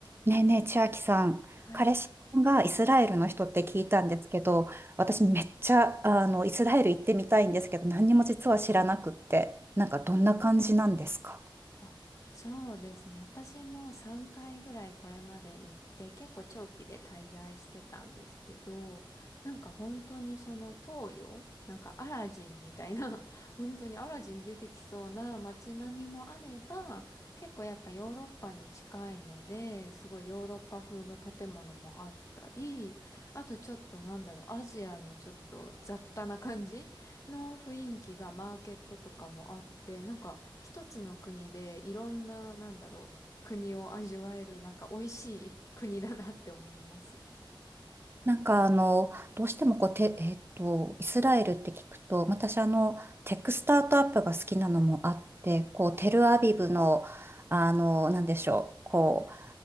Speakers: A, on the right; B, on the left.
A: ねえねえ、千秋さん、
B: はい。
A: 彼氏さんがイスラエルの人って聞いたんですけど、私めっちゃ、あの、イスラエル行ってみたいんですけど、何にも実は知らなくって、なんかどんな感じなんですか
B: あ、そうですね。私も3回ぐらいこれまで行って、結構長期で滞在してたんですけど、なんか本当にその東洋、なんかアラジンみたいな、<laughs> 本当にアラジン出てきそうな街並みもあれば、結構やっぱヨーロッパに近いので、すごいヨーロッパ風の建物もあったり、あとちょっとなんだろう、アジアのちょっと雑多な感じの雰囲気がマーケットとかもあって、なんか一つの国でいろんな、なんだろう、国を味わえる、なんか美味しい国だなって思います。
A: なんかあの、どうしてもこう、て、えっと、イスラエルって聞くと、私あの、テックスタートアップが好きなのもあって、こう、テルアビブの、あの、なんでしょう、こう、